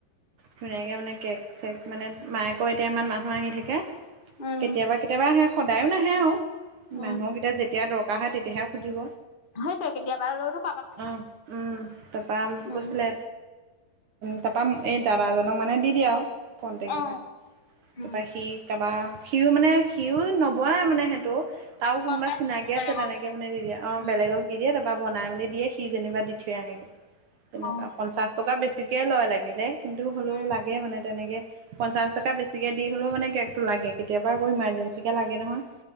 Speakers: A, on the right; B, on the left.
A: ধুনীয়াকে মানে কেক চেক মানে মায়ে ক এতিয়া ইমান মানুহ আহি থাক- কে
B: উম উম
A: কেতিয়াবা কেতিয়াবা আহে সদায় নাহে আও মানুহকেইটা
B: উম
A: যেত তেতিয়া দৰকাৰ হয় তেতিয়াহে সুধিব।
B: সেক কেতিয়াবা আৰু টো
A: উম উম তাপা
B: উম
A: কৈছিলে। তা পা এই দাদাজনক মানে দি দিয়া আও। কণ্টেক্টবিলাক
B: অ উম
A: তা পা সি তা পা সিও মানে সিও নবোৱাই মানে সেইটো তাও কোনোবা
B: গম পাইছো
A: চিনাকি
B: বেলেগৰ
A: আছে তেনেকে
B: কথা
A: মানে দি দিয়ে অ।
B: উম
A: বেলেগক দি দিয়ে তা পা বনাই মেলি দিয়ে সি যেনিবা দি থৈ আহেগে তেনেকুৱা
B: অ
A: পঞ্চাশ টকা বেছিকে লয় লাগিলে কিন্তু হ'লেও
B: উম
A: লাগে মানে তেনেকে। পঞ্চাছ টকা বেছিকে দি হ'লেও মানে কেকটো লাগে কেতিয়াবা আকৌ ইমাৰ্জেঞ্চিকে লাগে নহয়।